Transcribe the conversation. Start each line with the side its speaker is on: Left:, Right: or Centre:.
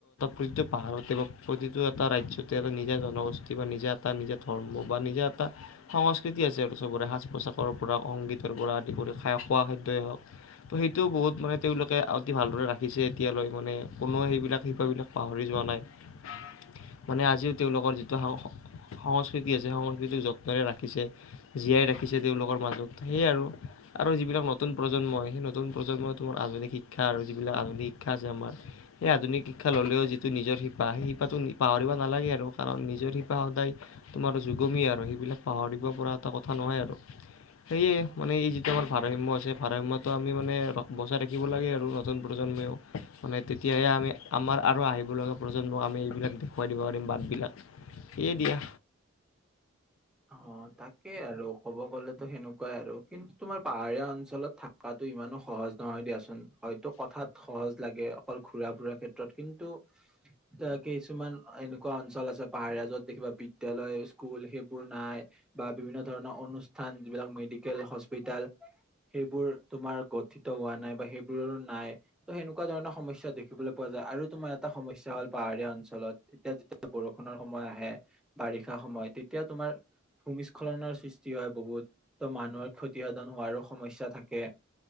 Left: প্ৰতিটো পাহাৰতে বা প্ৰতিটো এটা ৰাজ্যতে। এটা নিজা জনগোষ্ঠী বা, নিজা এটা নিজা ধৰ্ম বা নিজা এটা সংস্কৃতি আছে আৰু চবৰে সাজ পোচাকৰ। সংগীতৰ পৰা আদি কৰি খাই খোৱা খাদ্যই হওক। ত, সেইটোও বহুত মানে তেওঁলোকে অতি ভালদৰে ৰাখিছে এতিয়ালৈ মানে কোননে সেইবিলাক শিপাবলাক পাহৰি যোৱা। ম নাই <unintelligible>
Centre: <unintelligible>
Left: মানে আজিও তেওঁলোকৰ যিটো সস সংস্কৃতি আছে সংস্কৃতিক যত্নৰে ৰাখিছে জীয়াই ৰাখিছে তেওঁলোকৰ মাজত সেয়য়া আৰু আৰু যিবিলাক নতুন প্ৰজন্মই সেই নতুন প্ৰজন্মই তোমাৰ আধুনিক শিক্ষা আৰু যিবিলাক আধুনিক শিক্ষা আছে আমাৰ এই আধুনিক শিক্ষা ল'লেও যিটো নিজৰ শিপা সেই শিপাটো পাহৰিব নালাগে আৰু কাৰণ নিজৰ শিপা সদায় তোমাৰ যুগমিয়া আৰু সেইবিলাক পাহৰিব পৰা এটা কথা ন নহয় আৰু সেয়ে মানে এই যিটো আমাৰ ভাৰসাম্য আছে ভাৰসাম্যটো আমি মানে বচাই ৰাখিব লাগে আৰু নতুন প্ৰ মানে তেতিয়াহে আমি আমাৰ আৰু আহিব লগীয়া প্ৰজন্ম আমি এইবিলাক খুৱাই দিব পাৰিম বাটবিলাক সেয়ে দিয়া
Centre: অ তাকেই আৰু ক'ব গ'লেতো সেনেকুৱাই আৰু কিন্তু তোমাৰ পাহাৰীয়া অঞ্চলত থকা ইমানো সহজ নহয় দিয়াচোন হয়তো কথাত সহজ লাগে অকল ঘুৰা ফুৰা ক্ষেত্ৰত কিন্তু এ কিছুমান এনেকুৱা অঞ্চল আছে পাহাৰীয়া যত দেখিবা বিদ্যালয়ৰ স্কুল সেইবোৰ নাই বা বিভিন্ন ধৰণৰ অনুষ্ঠান যিবিলাক মেডিকেল হস্পিতেল সেইবোৰ তোমাৰ গঠিত হোৱা নাই বা সেইবোৰৰো নাই ত সেনেকুৱা ধৰণৰ সমস্যাৰ দেখিবলৈ পোৱা যায় আৰু তোমাৰ এটা সমস্যাই হ'ল পাহাৰীয়া অঞ্চলত এতিয়া যেতিয়া বৰষুণৰ সময় আহে বাৰিষা সময় তেতিয়া তোমাৰ ভূমিস্খলনৰ সৃষ্টি হয় বহুত ত' মানুহৰ ক্ষতিসাধন হোৱাৰো সমস্যা থাকে